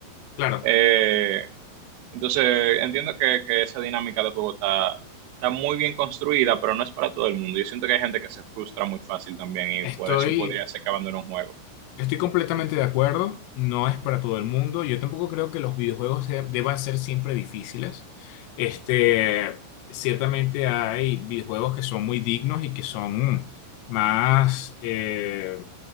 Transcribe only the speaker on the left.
claro.
Estoy,
Estoy completamente de acuerdo, no es para todo el mundo. Yo tampoco creo que los videojuegos se- deban ser siempre difíciles. Este, ciertamente hay videojuegos que son muy dignos y que son mm, más eh,